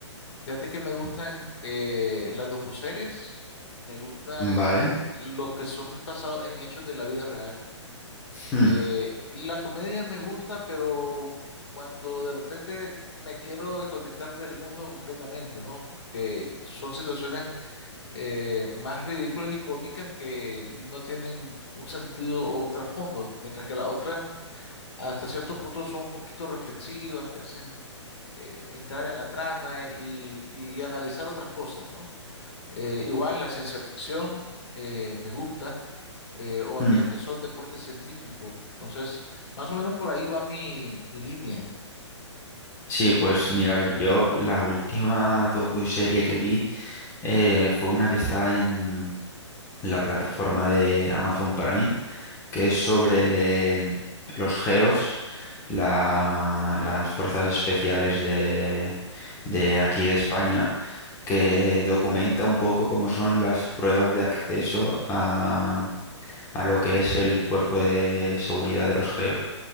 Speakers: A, on the left; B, on the left.
A: Fíjate que me gustan eh, las docuseries, me gustan
B: Vale.
A: los que son basados en hechos de la vida real.
B: Mm,
A: Eh, y la comedia me gusta, pero cuando de repente me quiero desconectar del mundo completamente, ¿no? Que son situaciones eh, más ridículas y cómicas que no tienen un sentido o un trasfondo, mientras que la otra hasta cierto punto son un poquito reflexivas, te hacen eh, entrar en la trama y, y- y analizar otras cosas, ¿no? Eh, igual la ciencia ficción eh, me gusta, eh, o aquellas
B: mm.
A: que son de corte científico. Entonces, más o menos por ahí va mi, mi línea.
B: Sí, pues mira, a ver, yo la última docuserie que vi eh, fue una que está en la plataforma de Amazon Prime, que es sobre mm, los GEOs, la- las fuerzas especiales de, de aquí de España, que documenta un poco cómo son las pruebas de acceso a, a lo que es el cuerpo de seguridad de los GEOs.